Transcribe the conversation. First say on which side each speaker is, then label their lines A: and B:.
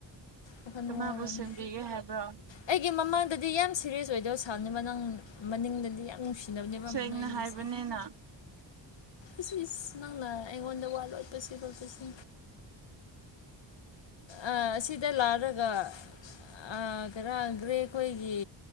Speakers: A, on the left (about 70°); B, on the right (about 65°).
A: ꯋꯥꯈꯟ
B: ꯀꯅꯥꯕꯨ
A: ꯋꯥꯒꯅꯨ
B: ꯁꯦꯝꯕꯤꯒꯦ ꯍꯥꯏꯕ꯭ꯔꯣ
A: ꯑꯩꯒꯤ ꯃꯃꯥꯡꯗ ꯗꯤ ꯌꯥꯝ ꯁꯤꯔꯤꯌꯦꯁ ꯑꯣꯏꯗꯕ ꯁꯥꯅꯤꯕ ꯅꯪ ꯃꯅꯤꯡꯗꯗꯤ ꯌꯥꯝ ꯅꯨꯡꯁꯤꯅꯕꯅꯦꯕ
B: ꯁꯦꯡꯅ
A: ꯅꯣꯏ ꯑꯅꯤꯁꯦ
B: ꯍꯥꯏꯕꯅꯦꯅꯥ
A: ꯏꯁ ꯏꯁ ꯅꯪꯅ ꯑꯩꯉꯣꯟꯗ ꯋꯥ ꯂꯣꯠꯄꯁꯤ ꯂꯣꯠꯄꯁꯤ ꯑ ꯑꯁꯤꯗ ꯂꯥꯛꯔꯒ ꯑ ꯀꯔꯒ꯭ꯔꯦ ꯑꯩꯈꯣꯏꯒꯤ